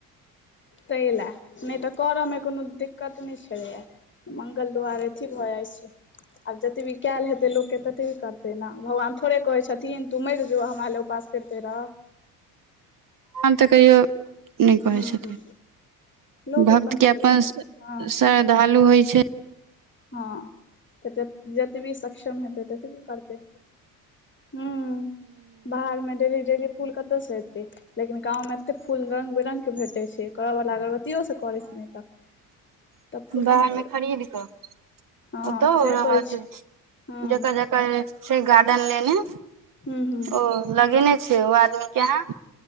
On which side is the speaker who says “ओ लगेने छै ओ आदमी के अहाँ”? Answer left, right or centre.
Right